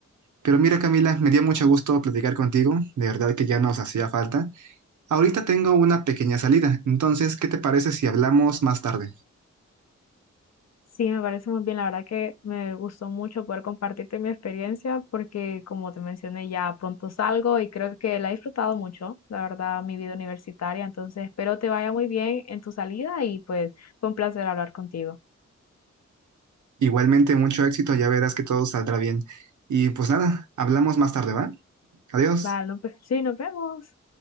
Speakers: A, on the right (about 85°); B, on the left (about 60°).
A: Pero mira, Camila, me dio mucho gusto platicar contigo, de verdad que ya nos hacía falta. Ahorita tengo una pequeña salida, entonces, ¿qué te parece si hablamos más tarde?
B: Sí, me parece muy bien. La verdad que me gustó mucho poder compartirte mi experiencia porque, como te mencioné, ya pronto salgo y creo que la he disfrutado mucho, la verdad, mi vida universitaria. Entonces, espero te vaya muy bien en tu salida y pues fue un placer hablar contigo.
A: Igualmente, mucho éxito, ya verás que todo saldrá bien. Y pues nada, hablamos más tarde, ¿va? Adiós.
B: Vale, no, pues, sí, nos vemos.